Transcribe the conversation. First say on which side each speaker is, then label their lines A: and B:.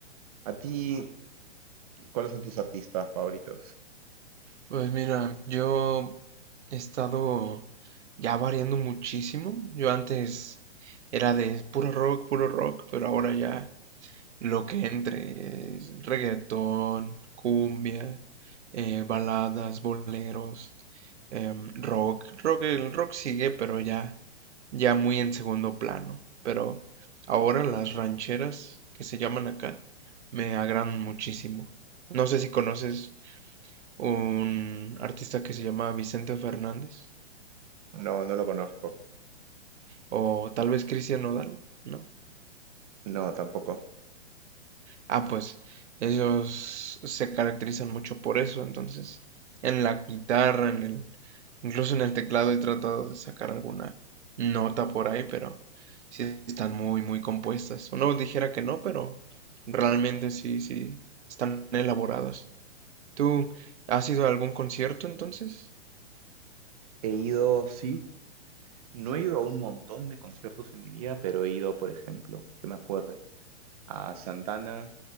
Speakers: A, on the right; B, on the right.
A: ¿A ti, cuáles son tus artistas favoritos?
B: Pues mira, yo he estado ya variando muchísimo. Yo antes era de puro rock, puro rock, pero ahora ya lo que entre es reggaetón, cumbia, eh, baladas, boleros, em, rock. Rock, el rock sigue, pero ya, ya muy en segundo plano. Pero ahora las rancheras que se llaman acá me agradan muchísimo. No sé si conoces un artista que se llama Vicente Fernández
A: No, no lo conozco.
B: o tal vez Cristian Nodal, ¿no?
A: No, tampoco.
B: Ah, pues ellos se caracterizan mucho por eso, entonces en la guitarra, en el, incluso en el teclado he tratado de sacar alguna nota por ahí, pero sí están muy, muy compuestas. Uno dijera que no, pero realmente sí, sí, están elaboradas. ¿Tú has ido a algún concierto entonces?
A: He ido, sí, no he ido a un montón de conciertos en mi vida, pero he ido, por ejemplo, que me acuerde, a Santana,